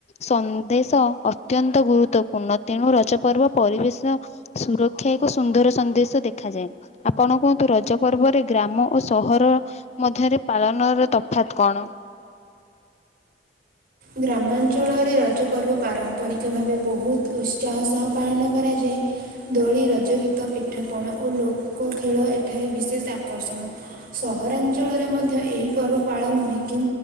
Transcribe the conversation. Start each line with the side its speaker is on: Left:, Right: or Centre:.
Left: ସନ୍ଦେଶ ଅତ୍ୟନ୍ତ ଗୁରୁତ୍ୱପୂର୍ଣ୍ଣ ତେଣୁ ରଜ ପର୍ବ ପରିବେଶ ସୁରକ୍ଷା ଏକ ସୁନ୍ଦର ସନ୍ଦେଶ ଦେଖାଯାଏ। ଆପଣ କୁହନ୍ତୁ ରଜ ପର୍ବରେ ଗ୍ରାମ ଓ ସହର ମଧ୍ୟରେ ପାଳନର ତଫାତ୍ କଣ?
Right: ଗ୍ରାମାଞ୍ଚଳରେ ରଜପର୍ବ ପାରମ୍ପରିକ ଭାବେ ବହୁତ ଉତ୍ସାହ ସହ ପାଳନ କରାଯାଏ। ଦୋଳି ରଜଗୀତ ପିଠାପଣା ଓ ଲୋକ ଖେଳ ଏକ ଏଠାରେ ବିଶେଷ ଆକର୍ଷଣ ସହରାଞ୍ଚଳରେ ମଧ୍ୟ ଏହି ପର୍ବ ପାଳନ ହୁଏ କି